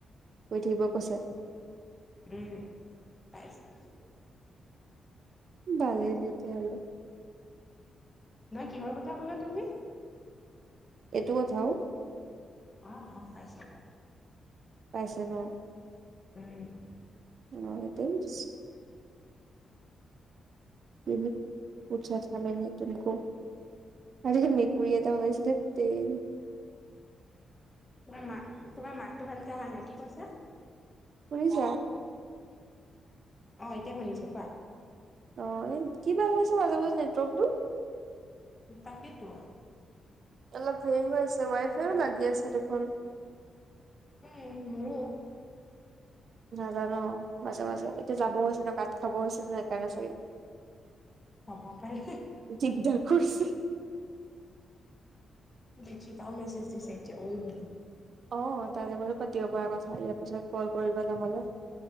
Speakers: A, on the right; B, on the left.
A: শুই থাকিব কৈছে
B: উম পাইছে
A: ডালে যেতিয়া হলেও
B: নে কিহৰ কথা ক'লা তুমি
A: এইটো কথাও
B: অ অ পাইছো পাই
A: পাইছ ন
B: উম
A: অ হেতেও বুজিছে উহু পুঠিয়া থলে নে তুমকৌ এহহ মেকুৰি এটা ওলাইছে ধেত তেৰি
B: তোমাৰ মাত তোমাৰ মাততো ভালকে আহা নাই কি কৈছা?
A: শুনিছ
B: অ এতিয়া শুনিছো কোৱা
A: অ এই কিবা হৈছে মাজে মাজে নেটৱৰ্ক টো
B: তাকেইতো
A: অলপ হেৰি হৈ আছে ৱাই ফাইও লাগি আছে দেখোন
B: উম মোৰো
A: নাজানো মাজে মাজে এতিয়া যাব হৈছিল ন কাত খাব হৈছে ন সেইকাৰনে চাগে
B: হ'ব পাৰে।
A: দিগদাৰ কৌৰছে
B: দীক্ষিতাও মেছেজ দিছে এতিয়া অই বুলি
A: অ তাই লগটো পাতিব পাৰা কথা ইয়াৰ পিছত কল কৰিবা নহ'লে